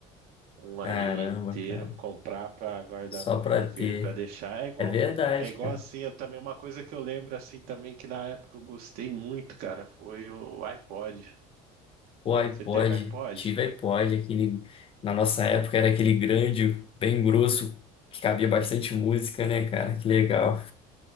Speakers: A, on the right; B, on the left.
A: um aí
B: Caramba,
A: inteiro,
B: cara,
A: comprar pra guardar
B: só
A: pro
B: pra
A: meu filho,
B: ter.
A: pra deixar. É igual,
B: É verdade,
A: é igual
B: cara.
A: assim, eu também, uma coisa que eu lembro assim também, que na época eu gostei muito, cara, foi o iPod.
B: O iPod,
A: Você teve iPod?
B: tive iPod, aquele, na nossa época era aquele grande, bem grosso, que cabia bastante música, né, cara? Que legal.